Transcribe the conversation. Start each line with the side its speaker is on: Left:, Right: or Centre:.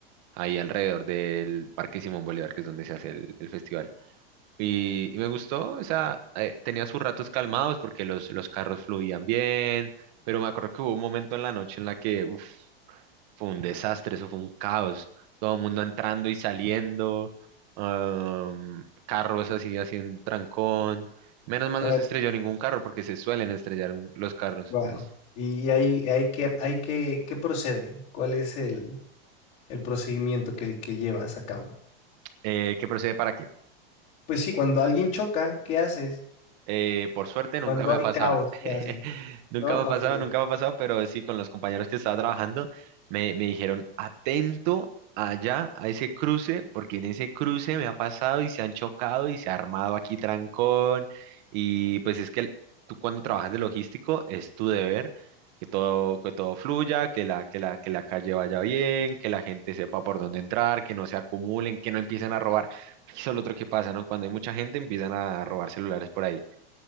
Right: ahí alrededor del Parque Simón Bolívar, que es donde se hace el, el festival. Y, y me gustó, o sea, eh, tenía sus ratos calmados porque los, los carros fluían bien, pero me acuerdo que hubo un momento en la noche en la que, uf, fue un desastre, eso fue un caos. Todo el mundo entrando y saliendo, am, carros así haciendo trancón. Menos mal
Left: Bueno,
Right: no se estrelló ningún carro porque se suelen estrellar un- los carros.
Left: Wow.
Right: Entonces,
Left: Y ahí, ahí que, hay que, ¿qué procede? ¿Cuál es el, el procedimiento que, que llevas a cabo?
Right: eh, ¿qué procede para qué?
Left: Pues sí, cuando alguien choca, ¿qué haces?
Right: Eh, por suerte nunca
Left: Cuando
Right: me ha
Left: hay
Right: pasado.
Left: caos,
Right: <laughs>
Left: ¿qué haces?
Right: Nunca
Left: ¿No? Ok.
Right: me ha pasado, nunca me ha pasado, pero sí, con los compañeros que estaba trabajando, me, me dijeron, atento allá a ese cruce, porque en ese cruce me ha pasado y se han chocado y se ha armado aquí trancón. Y pues es que el- tú cuando trabajas de logístico es tu deber que todo, que todo fluya, que la, que la, que la calle vaya bien, que la gente sepa por dónde entrar, que no se acumulen, que no empiecen a robar. Eso es lo otro que pasa, ¿no? Cuando hay mucha gente empiezan a robar celulares por ahí.